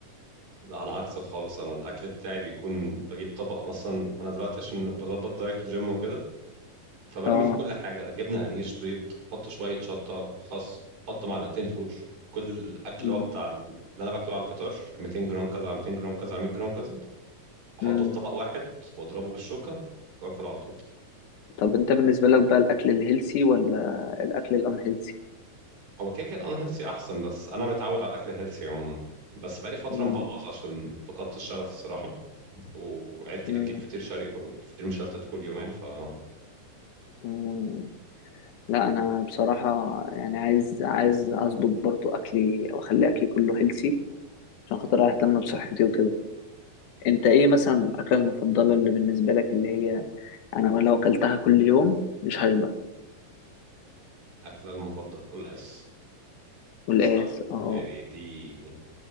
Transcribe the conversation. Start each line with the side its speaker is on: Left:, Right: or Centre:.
Right: لا انا عكسك خالص انا الاكل بتاعي بيكون بجيب طبق مثلا انا دلوقتي عشان بظبط دايت وجيم وكده فبرمي
Left: اه
Right: فيه كل حاجة جبنة قريش بيض حط شوية شطة خس حط معلقتين فول كل الاكل
Left: مم.
Right: اللي هو بتاع اللي انا باكله على الفطار 200 جرام كذا على 200 جرام كذا على 100 جرام كذا احطه
Left: مم.
Right: في طبق واحد واضربه بالشوكة واكل على طول
Left: طب أنت بالنسبة لك بقى الأكل الهيلسي ولا الأكل الأنهيلسي؟
Right: هو كده كده الانهيلثي احسن بس انا متعود على الاكل الهيلثي عموما بس بقالي فتره
Left: مم.
Right: مبوظ عشان فقدت الشغف الصراحه وعيلتي
Left: مم.
Right: بتجيب فطير شرقي كل- فطير مشلتت كل يومين فالاكله
Left: مم. لا أنا بصراحة يعني عايز عايز أظبط برضو أكلي وأخلي أكلي كله هيلسي عشان خاطر أهتم بصحتي وكده انت ايه مثلا الاكله المفضله اللي بالنسبه لك اللي هي انا ما لو اكلتها كل يوم مش هشبع
Right: المفضله قلقاس
Left: والقلقاس
Right: صراحه يعني
Left: اه
Right: دي